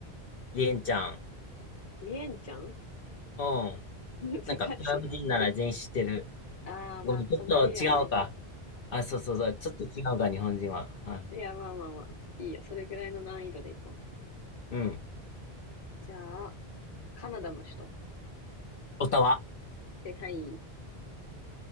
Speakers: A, on the left; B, on the left.
A: リンちゃん。
B: ビエンチャン
A: うん。
B: <laughs> 難しい。
A: なんか、ベトナム人なら全員知ってる。
B: ああ、
A: ごめん、
B: まあ、
A: ちょっと違うか。
B: 隣やもんな。
A: あ、そうそうそう。ちょっと違うか、日本人は。はい、
B: いや、まあまあまあ。いいよ。それぐらいの難易度でいこう。
A: うん。
B: じゃあ、カナダの首都。
A: オタワ。
B: 世界、